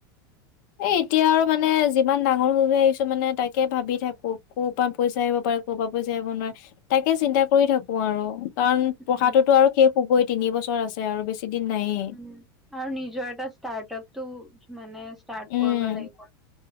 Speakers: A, on the left; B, in the centre.
A: এ, এতিয়া আৰু মানে, যিমান ডাঙৰ হৈ আহিছোঁ মানে, তাকে ভাবি থাকোঁ ক'ৰ পৰা পইচা আহিব পাৰে ক'ৰপা পইচা আহিব <unintelligible> তাকে চিন্তা কৰি থাকোঁ আৰু। কাৰণ
B: উম
A: পঢ়াটো তো আৰু শেষ হ'বই, তিনি বছৰ আছে আৰু বেছি দিন নায়েই
B: উম, আৰু নিজৰ এটা ষ্টাৰ্ট আপ টো মানে ষ্টাৰ্ট
A: উম!
B: কৰিব লাগিব